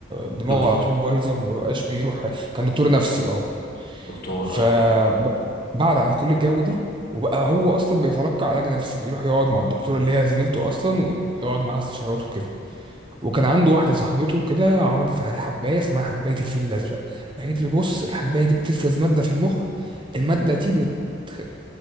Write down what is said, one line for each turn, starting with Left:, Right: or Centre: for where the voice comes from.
Right: دماغه
Left: دكتور
Right: على طول بايظة ومبقاش بيروح كان دكتور نفسي اه
Left: دكتور
Right: فبعد
Left: اه
Right: عن كل الجو ده وبقى هو أصلا بيتلقى علاج نفسي بيروح يقعد مع الدكتورة اللي هي زميلته أصلا ويقعد معاها استشارات وكده وكان عنده واحدة صاحبته كده عرضت عليه حباية اسمها حباية الفيل الأزرق قالت لي بص الحباية دي بتفرز مادة في المخ المادة دي بتخ...